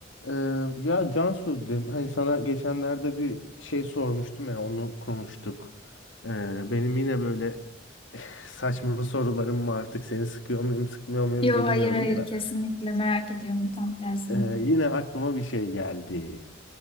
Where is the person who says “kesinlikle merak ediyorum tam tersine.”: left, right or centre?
Left